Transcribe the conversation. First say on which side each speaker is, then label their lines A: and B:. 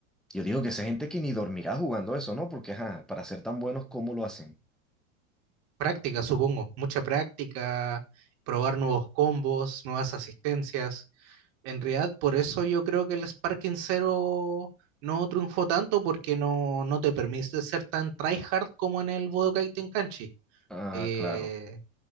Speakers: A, in the centre; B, on the right (about 50°).
A: Yo digo que esa gente que ni dormirá jugando eso, ¿no? Porque, ajá, para ser tan buenos, ¿cómo lo hacen?
B: Práctica, supongo, mucha práctica, probar nuevos combos, nuevas asistencias. En realidad, por eso yo creo que el Sparking Zero no triunfó tanto porque no, no te permite ser tan tryhard como en el Budokai Tenkaichi.
A: Ah,
B: Eh,
A: claro.